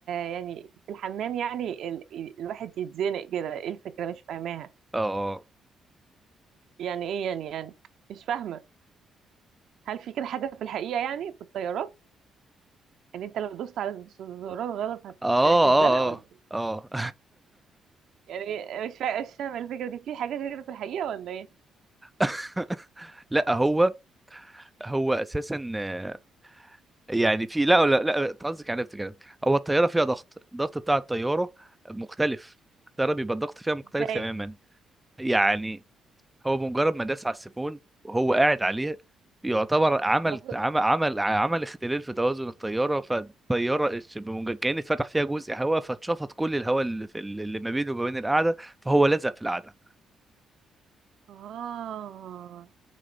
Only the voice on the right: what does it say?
يعني في الحمام يعني ال... الواحد يتزنق كده ايه الفكره مش فاهماها
يعني ايه يعني يعني مش فاهمه هل في كده حاجه في الحقيقه يعني في الطيارات يعني انت لو دوست على الزرار غلط هت-
هتتزنق ولا ايه
يعني مش فا... مش فاهمه الفكره دي في حاجه كده في الحقيقه ولا ايه
ازاي
المفروض
اه